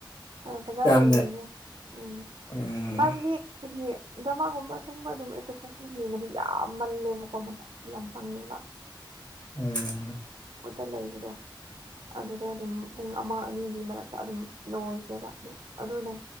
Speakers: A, on the right; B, on the left.
A: ꯑ ꯀꯗꯥꯒꯤ
B: ꯌꯥꯝꯅ
A: ꯅꯣꯍꯦ ꯎꯝ
B: ꯎꯝ
A: ꯍꯥꯏꯕꯗꯤꯗꯤ ꯍꯥꯏꯗꯤ ꯖꯃꯥꯒꯨꯝꯕ ꯑꯁꯦꯡꯕ ꯑꯗꯨꯝ ꯑꯦꯄꯤꯁꯣꯗ ꯌꯦꯡꯉꯗꯤ ꯌꯥ ꯌꯥꯝ ꯃꯜꯂꯦꯕꯀꯣ ꯃꯇꯝ ꯌꯥꯝ ꯆꯪꯉꯦꯕ
B: ꯎꯝ
A: ꯃꯠꯇ ꯂꯩꯕꯗꯣ ꯑꯗꯨꯗ ꯑꯗꯨꯝ ꯄꯨꯡ ꯑꯃ ꯑꯅꯤꯒꯤ ꯃꯔꯛꯇ ꯑꯗꯨꯝ ꯂꯣꯏꯈ꯭ꯔꯦꯕ ꯑꯗꯨ ꯑꯗꯨꯅ